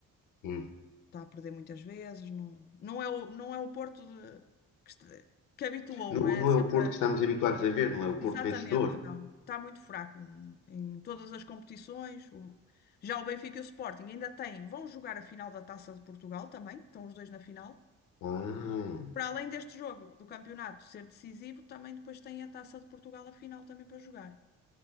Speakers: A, on the left; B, on the left.
A: Hum.
B: Está a perder muitas vezes. Não, não é o, não é o Porto de- que, este- que habituou,
A: Não,
B: não é?
A: não
B: Sempre
A: é o Porto que estamos habituados a ver, não é o
B: Exatamente,
A: Porto vencedor.
B: não. Está muito fraco em em todas as competições. O- Já o Benfica e o Sporting ainda têm, vão jogar a final da Taça de Portugal também, estão os dois na final.
A: Ah,
B: Para além deste jogo do campeonato ser decisivo, também depois tem a Taça de Portugal a final também para jogar.